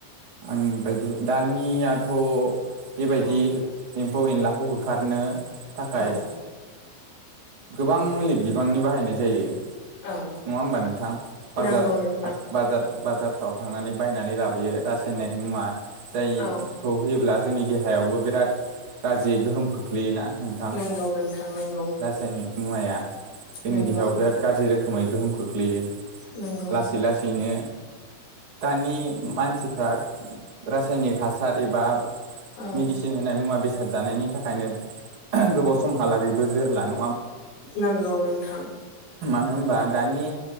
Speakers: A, on the right; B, on the left.
A: आंनि बायदिबा दानियाथ' बेबायदि
B: औ
A: एम फौ एनलाखौ होखारनो थाखाय
B: औ
A: गोबां मुलि बिबांनि बाहायनाय जायो
B: औ
A: नङा होमबा नोंथां बाजार
B: नांगौ नोंथां
A: पाट बाजार बाजारफ्राव थांनानै बायनानै लाबोयो रासायनेक मुवा जायखौ
B: औ
A: होयोब्ला जोंनिे देहायावबो बिराद गाज्रि गोहोम खोख्लैयोना नोंथां
B: नांगौ नोंथां नोंगौ
A: सायनिक मुवाया जोंनि
B: नोंगौ
A: देहायाव बिराद गाज्रि रोखोमै गोहोम खोख्लैयो
B: नोंगौ
A: लासै लासैनो दानि मानसिफ्रा रासायनिक हासार एबा
B: औ
A: मेडिसिन होनाय मुवा बेसाद जानायनि थाखायनो ग्हो गोबाव समहालागैबो जोरला न
B: नोंगौ नोंथां
A: नो होमबा दानि